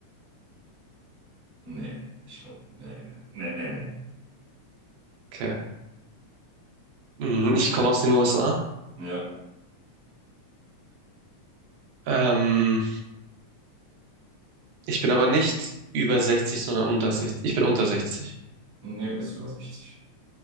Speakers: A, on the right; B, on the right.
A: nee, ich glaube, nee, nee, nee, nee,
B: Okay. Hm, ich komme aus den USA.
A: nee. Ja,
B: Ähm, ich bin aber nicht über 60, sondern unter 60. Ich bin unter 60.
A: nee, bis über sechzig